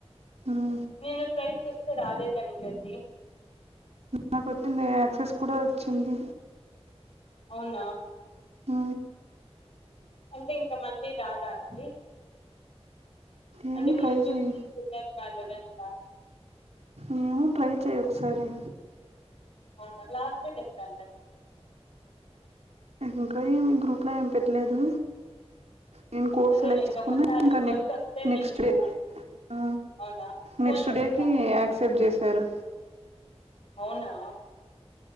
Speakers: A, on the right (about 75°); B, on the left (about 60°).
A: మ్మ్.
B: నేను ట్రై చేస్తే రాలేదండి అది.
A: నాకు వచ్చింది యాక్సెస్ కూడా వచ్చింది.
B: అవునా
A: ఆ
B: అంటే ఇంక మళ్ళీ రాద అండి?
A: ఏమో
B: అంటే
A: ట్రై
B: ముందు
A: చేయి
B: మీకుందని వాళ్ళని అట్లా
A: ఏమో ట్రై చెయ్ ఒకసారి.
B: అవునా లాస్ట్ డేట్ ఎప్పుడంట అది
A: ఇంకా ఏమి గ్రూప్లో ఏమ్ పెట్లేదు. నేను కోర్స్
B: చదివలేండి
A: సెలెక్ట్ చేసుకున్నా
B: ఒకసారి
A: ఇంకా
B: డౌట్
A: నెక్
B: వస్తే
A: నెక్స్ట్
B: మీకు
A: డే. ఆ
B: అవునా ఫోన్
A: నెక్స్ట్
B: చేస్తా
A: డేకి యాక్సెప్ట్ చేశారు.
B: అవునా